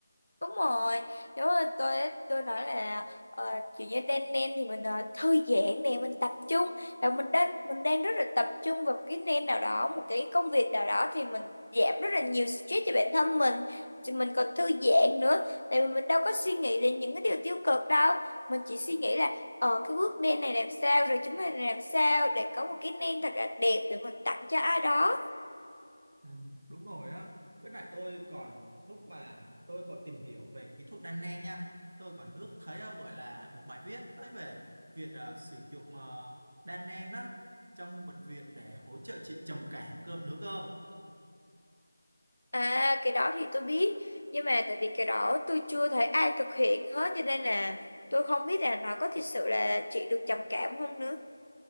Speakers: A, on the left; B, on the right.
A: Đúng rồi, đúng rồi, tôi tôi nói là ờ, kiểu như đan nen thì mình ờ, thư giãn nè, mình tập trung là mình đang mình đang rất là tập trung vào cái nen nào đó, một cái công việc nào đó thì mình giảm rất là nhiều stress cho bản thân mình, thì mình còn thư giãn nữa, tại vì mình đâu có suy nghĩ đến những cái điều tiêu cực đâu, mình chỉ suy nghĩ là ờ cái bước nen này làm sao rồi chúng mình làm sao để có một cái nen thật là đẹp để mình tặng cho ai đó.
B: Ừ, đúng rồi á với lại tôi còn lúc mà tôi còn tìm hiểu về kỹ thuật đan len nha tôi còn nước thấy ờ, gọi là một bài viết đấy về việc ờ, sử dụng ờ, đan len á trong bệnh viện để hỗ trợ trị trầm cảm cơ nữa cơ
A: À cái đó thì tôi biết Nhưng mà tại vì cái đó tôi chưa thấy ai thực hiện hết Cho nên là tôi không biết là nó có thực sự là chị được trầm cảm không nữa